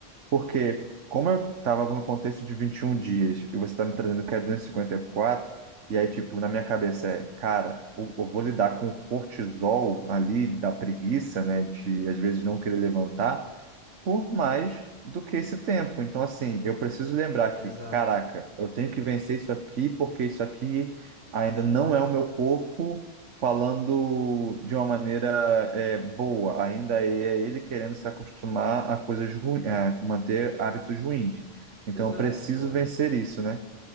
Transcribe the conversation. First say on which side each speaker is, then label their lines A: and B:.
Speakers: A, on the right; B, on the right.
A: porque como eu estava no contexto de 21 dias e você está me trazendo que é 254, e cinquenta e quatro, e aí, tipo, na minha cabeça é, cara, eu, eu vou lidar com o cortisol ali da preguiça, né? De às vezes não querer levantar por mais do que esse tempo. Então, assim, eu preciso lembrar
B: exato.
A: que, caraca, eu tenho que vencer isso aqui, porque isso aqui ainda não é o meu corpo falando de uma maneira é, boa. Ainda é ele querendo se acostumar a coisas ruins, a manter hábitos ruins. Então,
B: Exato,
A: eu preciso
B: cara.
A: vencer isso, né?